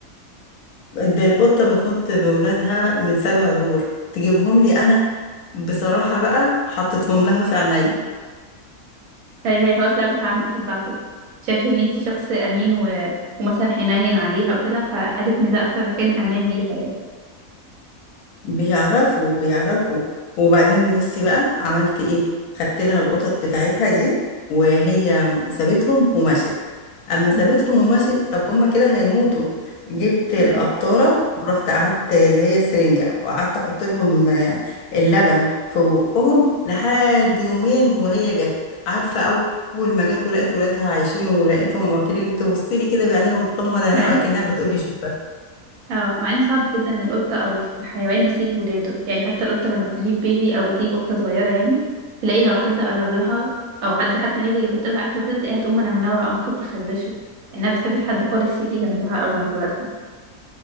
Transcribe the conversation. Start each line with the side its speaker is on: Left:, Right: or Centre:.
Left: ده القطة بتنط بولادها من سبع دور تجيبهم لي أنا بصراحة بقى حطيتهم لها في عينيا
Right: طيب هي خلاص لعبت على نقطة ضعفك شافت ان انتي شخص امين و... ومثلا حنين عليها وكده فقالت ان ده اكتر مكان امان ليها يعني
Left: بيعرفوا بيعرفوا وبعدين بصي بقى عملت ايه خدت لها القطط بتاعتها دي وهي سابتهم ومشت اما
Right: مم.
Left: سابتهم ومشت طب هما كده هيموتوا جبت القطاره
Right: إزاي؟
Left: ورحت قعدت اللي هي السرنجه وقعدت احط لهم آه، اللبن في بقهم لحد يومين وهي جت عارفه اول ما جت ولقت ولادها عايشين ولقيتهم واكلين تبص لي كده بعينيها وتغمض عينيها
Right: مع
Left: واكنها
Right: ان
Left: بتقول لي شكرا.
Right: اه مع ان صعب جدا إن القطة او الحيوان يسيب ولاده يعني حتى القطة لما تجيب بيبي او تجيب قطة صغيرة يعني تلاقي لو حد قرب لها او حد حتى نادر يحط لها اكل وكده تلاقيها تقوم منونوة او ممكن تخربشه انها بتحبش حد خالص يجي جنبها او جنب ولادها